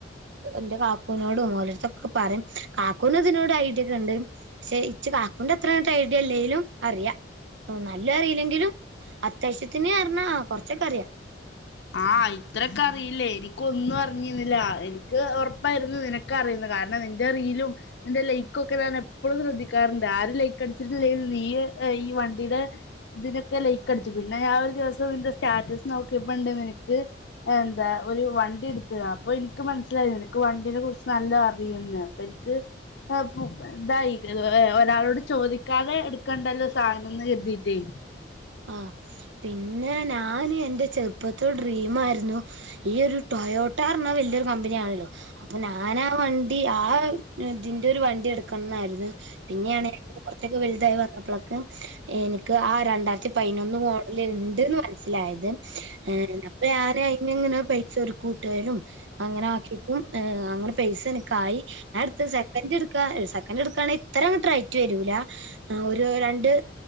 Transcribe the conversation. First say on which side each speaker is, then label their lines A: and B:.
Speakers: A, on the right (about 75°); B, on the left (about 65°).
A: ഇന്റെ കാക്കൂനോട് ഓലടത്തൊക്കെ പറയും കാക്കൂന് ഇതിനോട് ഐട്യക്കെ ഉണ്ട് പക്ഷെ ഇച്ച കാക്കണ്ട് എത്രട്ട് ഐഡിയ എല്ലെലും അറിയാ ഓ നല്ല അറിയില്ലെങ്കിലും അത്യാവശ്യത്തിന അറിഞ്ഞാ കൊറച്ചൊക്കെ അറിയാ
B: ആഹ് ഇത്രൊക്കെ അറിയില്ലേ എനിക് ഒന്നും അറിഞ്ഞിന്നില്ല എനിക്ക് ഉറപ്പായിരുന്നു നിനക് ക്കെ അറിയു കാരണം നിന്റെ റിലും എന്റെ ലൈക്കൊക്കെ ഞാൻ എപ്പോഴും ശ്രദ്ധിക്കാറുണ്ട് ആര് ലൈക്ക് അടിച്ചിട്ടിലേലും നീ ഈ വണ്ടിയുടെ ഇതിനൊക്കെ ലൈക്ക് അടിച്ചു പിന്നെ ഞാൻ ഒരു ദിവസം ഇന്റെ സ്റ്റാറ്റസ് നോക്കിയപ്പോണ്ട് നിനക്ക് എന്താ ഒരു വണ്ടി എടുത്ത അപ്പൊ എനിക്ക് മനസ്സിലായി എനക്ക് വണ്ടീെ കുറിച്ച് നല്ല അറിയുന്ന് പ്പനിക്ക് ആ ഇതായി ഒരാളോട് ചോദിക്കാതെ എടുക്കണ്ടല്ലോ സാധനംന്ന് കരുതിട്ടേ
A: ആഹ് പിന്നെ ഞാന് എന്റെ ചെറുപ്പത്തോട ഡ്രീം ആരുന്നു ഈ ഒരു ടൊയോട്ടോർന്ന് പറഞ്ഞാൽ വല്യൊരു കമ്പനിയ ആണല്ലോ അപ്പൊ ഞാനാ വണ്ടി ആ ഇതിന്റെ ഒരു വണ്ടി എടുക്കണംന്നായിരുന്നു പിന്നെയണ കുറച്ചൊക്കെ വലുതായി വന്നപ്പോഴൊക്കെ എനിക്ക് ആ രണ്ടായി ത്തിപതിനൊന്ന് മോഡൽഉണ്ട്ന്ന് മനസ്സിലായത് ഏഹ് അപ്പൊ ഞാൻ അയിന് ഇങ്ങനെ പൈസ ഒരു കൂട്ടയിനു അങ്ങനെ ആക്കിട്ടും അങ്ങനെ പൈസ എനക്കായി ഞാ എടുത്തത് സെക്കൻഡ് എടുക്കാ സെക്കൻഡ് എടുക്കാണെങ്ക ഇത്രങ്ങട്ടട്രയറ്റ് വരൂല ആ ഒരു രണ്ട്